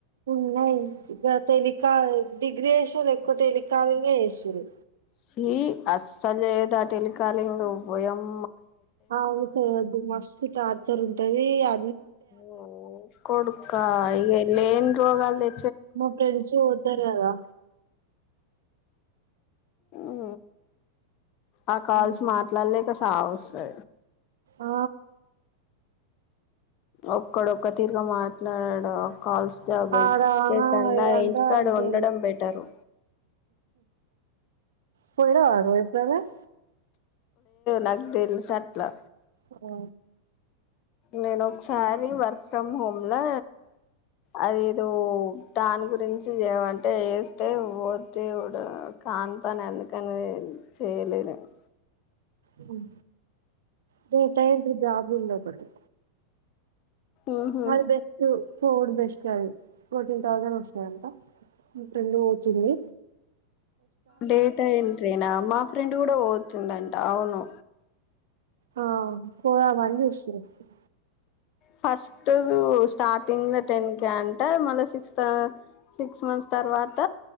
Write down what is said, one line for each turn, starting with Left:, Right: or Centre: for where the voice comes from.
Right: ఉన్నాయి ఇక టెలికాల్ డిగ్రీ చేసినోళ్ళు ఎక్కువ టెలికాలింగ్ ఏ చేస్తుర్రు
Left: ఛీ అస్సలు చేయద్దా టెలికాలింగ్ ఓయమ్
Right: అవును చెయ్యొద్దు మస్తు టార్ చ్చర్ ఉంటది ఆ
Left: ఓ కొడుకా ఇగ లేన్ రోగాల్ దె
Right: మా ఫ్రెండ్స్ ఓతారు గదా
Left: ఊ ఆ కాల్స్
Right: ఉమ్.
Left: మాట్లాడలేక తావొస్సా
Right: ఆ
Left: ఒక్కడు ఒక్క తీరుగా మాట్లాడడు కాల్స్ జాబ్
Right: ఆడ
Left: ఎత్తికే కన్నా
Right: ఏదంట
Left: ఇంటికాడ
Right: అంటే
Left: ఉండడం బెటరు
Right: పోయినావ <unintelligible>
Left: నాకు తెల్సు అట్లా
Right: ఆ
Left: నేను ఒకసారి వర్క్ ఫ్రమ్ హోమ్ లో అది ఇదో దాని గురించి చేమంటే వస్తే పోతే ఇడు కాన్ పని ఎందుకని చేయలేనెమో
Right: హ్మ్ టూ టైమ్స్ జాబ్ వెళ్ళావ్ పొట్టి
Left: ఉహు
Right: అది బెస్టు ఫోర్డ్ బెస్ట్ కాదు ఫోర్టీన్ థౌసండ్ వస్తాయంట మా ఫ్రెండ్ కి వచ్చింది
Left: డేటా ఎంట్రీనా మా ఫ్రెండ్ కూడా పోతుందంట. అవును.
Right: ఆ పోదామని చూస్తున.
Left: ఫస్ట్ స్టార్టింగ్ లో టెన్ కె అంట టే మళ్ళ సిక్స్ సిక్స్ మంత్స్ తర్వాత